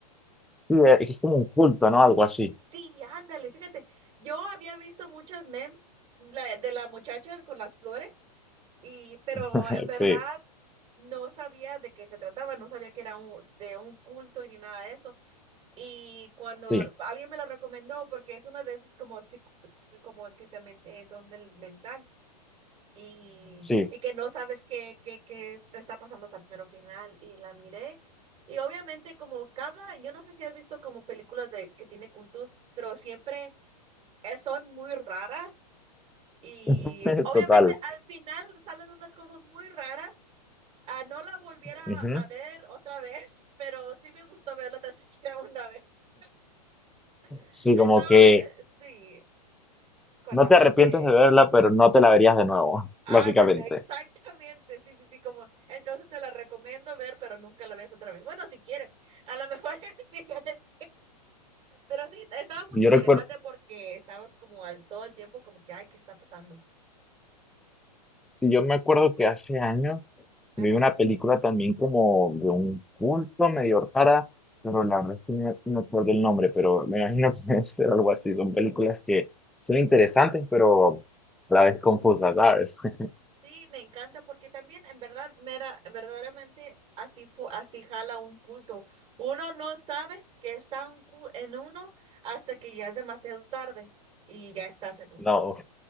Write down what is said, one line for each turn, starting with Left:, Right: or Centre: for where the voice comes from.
Centre: Sí, eh, es como un culto, ¿no? Algo así.
Right: Sí, ándale, fíjate, yo había visto muchas memes la- de la muchacha con las flores, y, pero
Centre: <laughs>
Right: en verdad
Centre: Sí,
Right: no sabía de qué se trataba, no sabía que era un, de un culto y ni nada de eso. Y cuando
Centre: sí,
Right: alguien me la recomendó, porque es una de esas como, psic- como que también te- son del mental y,
Centre: sí,
Right: y que no sabes qué, qué, qué te está pasando hasta el mero final, y la miré. Y obviamente como cada, yo no sé si has visto como películas de que tiene cultos, pero siempre eh, son muy raras y
Centre: <laughs>
Right: obviamente
Centre: total.
Right: al final salen unas cosas muy raras. Ah, no la volviera
Centre: Ujú.
Right: a ver otra vez, <laughs> pero sí me gustó verla tan <laughs> siquiera una vez. <laughs>
Centre: Sí,
Right: Estaba,
Centre: como que
Right: eh, sí, con
Centre: No
Right: la
Centre: te
Right: mente.
Centre: arrepientes de verla, pero no te la verías de nuevo,
Right: Ándale,
Centre: básicamente.
Right: exactamente. Sí, sí, sí, como. Entonces te la recomiendo ver, pero nunca la ves otra vez. Bueno, si quieres, a lo mejor <laughs> es diferente. Pero sí, estaba muy
Centre: Yo
Right: interesante
Centre: recuerdo,
Right: porque estabas como al todo el tiempo, como que, ay, ¿qué está pasando?
Centre: yo me acuerdo que hace años
Right: Ajá.
Centre: vi una película también como de un culto medio rara, pero la verdad es que no, no recuerdo el nombre, pero me imagino que debe ser algo así. Son películas que son interesantes, pero a la vez confusas, ¿sabes? <laughs>
Right: Sí, me encanta porque también en verdad, mera- verdaderamente así fu- así jala un culto. Uno no sabe que está un cu- en uno hasta que ya es demasiado tarde y ya estás en uno.
Centre: No,